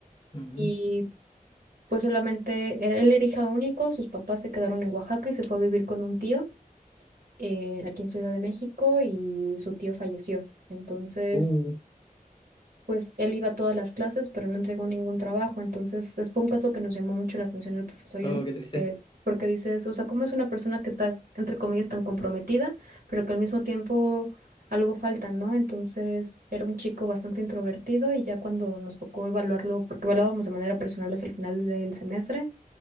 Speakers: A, on the left; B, on the right.
A: mm.
B: y pues solamente era- él era hija único, sus papás se quedaron en Oaxaca y se fue a vivir con un tío eh, aquí en Ciudad de México y su tío falleció. Entonces,
A: Uh,
B: pues él iba a todas las clases, pero no entregó ningún trabajo. Entonces, es- fue un caso que nos llamó mucho la atención al profesor y
A: oh,
B: a mí,
A: qué triste.
B: eh, porque dices, o sea, ¿cómo es una persona que está, entre comillas, tan comprometida, pero que al mismo tiempo... Algo falta, ¿no? Entonces era un chico bastante introvertido y ya cuando nos tocó evaluarlo, porque evaluábamos de manera personal hasta el final del semestre,